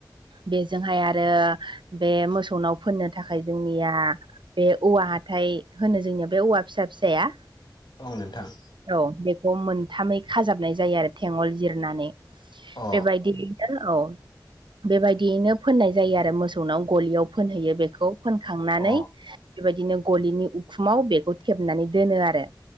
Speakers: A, on the right (about 85°); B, on the left (about 60°).
A: बेजोंहाय आरो बे मोसौनाव फोननो थाखाय जोंनिया बे औवा हाथाय होनो जोंनिया बे औवा फिसा फिसाया
B: औ नोंथां
A: औ बेखौ मोनथामै खाजाबनाय जायो आरो थेंगल जिरनानै
B: अ
A: बेबायदि औ बेबायदियैनो फोननाय जायो आरो मोसौनाव गलियाव फोनहैयो बेखौ फनखांनानै
B: अ
A: बेबायदिनो गलिनि उखुमाव बेखौ थेबनानै दोनो आरो